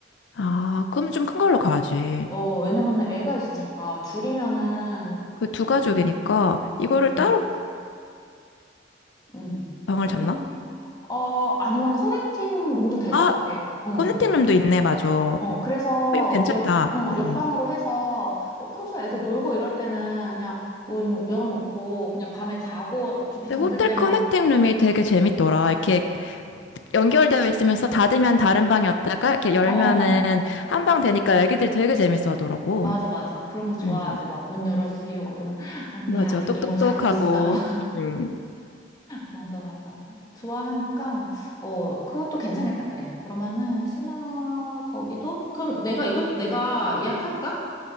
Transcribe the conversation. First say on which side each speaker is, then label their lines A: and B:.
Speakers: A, on the left (about 75°); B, on the left (about 20°).
A: 아, 그럼 좀 큰 걸로 가야지.
B: 어, 왜냐면은 애가 있으니까 둘이면은,
A: 그 두
B: 어,
A: 가족이니까
B: 음,
A: 이거를
B: 음, 음,
A: 따로
B: 음.
A: 방을
B: 조금,
A: 잡나?
B: 어, 아니면 커넥팅 룸도 될
A: 아,
B: 것 같아. 어,
A: 커넥팅 룸도 있네, 맞아. 어,
B: 어, 그래서
A: 이거 괜찮다.
B: 옆, 어,
A: 음.
B: 옆방으로 해서 뭐 평소 애들 놀고 이럴 때는 그냥 문 열어놓고 그냥 밤에 자고 깊이
A: 근데
B: 잠들
A: 호텔
B: 때만,
A: 커넥팅 룸이 되게 재밌더라. 이렇게 연결되어 있으면서 닫으면 다른 방이었다가 이렇게 열면은
B: 어, 어.
A: 한 방 되니까 애기들이 되게 재밌어 하더라고.
B: 맞아, 맞아. 그런 거 좋아하지.
A: 음,
B: 막 문 열어주세요. 막 그러면 안
A: 맞아.
B: 돼. 아직
A: 똑똑똑하고.
B: 이모 자고 있어.
A: 음.
B: 맞아, 맞아. 좋아하니까, 어, 그것도 괜찮겠다, 그래. 그러면은, 신화, 거기도? 그럼 내가, 이것도 내가 예약할까?